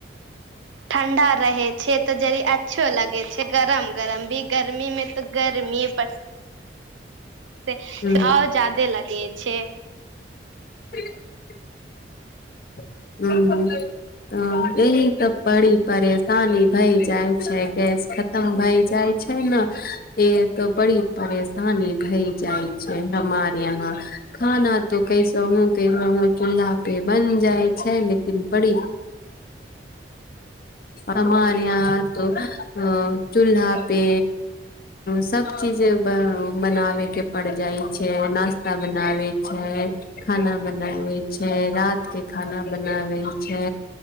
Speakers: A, on the right (about 80°); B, on the left (about 50°).
A: ठण्डा रहै छेत्र तऽ जरी अच्छो लगे छै गरम गरम भी गर्मी मे तऽ गर्मी पड़ से
B: ह
A: आओर ज्यादे लग- -गै छै
B: <unintelligible> हूँ तऽ यही तऽ बड़ी परेशानी भइ जाइ छै गैस खतम भइ जाइ छै न य तऽ बड़ी परेशानी भई जाइ छै हमार यहा खाना तो कैसहूँ कैसहूँ चूल्हा पे बन जाइ छै लेकिन बड़ी हमार इहाँ तो चूल्हा पे सब चीज बनाबे के पड़ जाइ छै नास्ता बनाबै छै खाना बनाबै छै रात के खाना बनाबै छै